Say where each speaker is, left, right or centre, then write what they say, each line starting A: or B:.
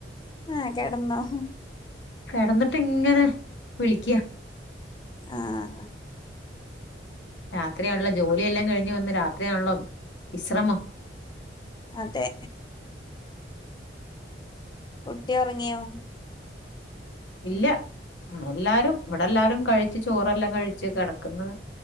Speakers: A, on the left (about 25°); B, on the left (about 70°).
A: ആഹ കടന്നോ? ഹ്.
B: കിടന്നിട്ടിങ്ങനെ വിളിക്യാ.
A: ആഹ്.
B: രാത്രിയാണല്ലോ ജോലിയെല്ലാം കഴിഞ്ഞ് വന്ന് രാത്രിയാണല്ലോ വിശ്രമം.
A: അതെ. കുട്ടി ഉറങ്ങിയോ?
B: ഇല്ല എല്ലാരും ഇവിടെ എല്ലാരും കഴിച്ചു ചോറെല്ലാം കഴിച്ചു കിടക്കന്ന്.